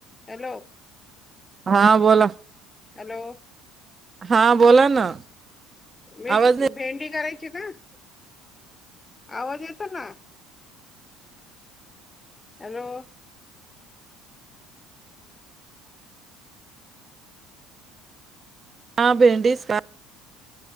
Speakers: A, on the left; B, on the right.
A: हॅलो
B: हा बोला
A: हॅलो
B: हा बोला ना
A: म
B: आवाज नाही
A: भेंडी करायची ची ना आवाज येतो ना हॅलो
B: आ भेंडीस का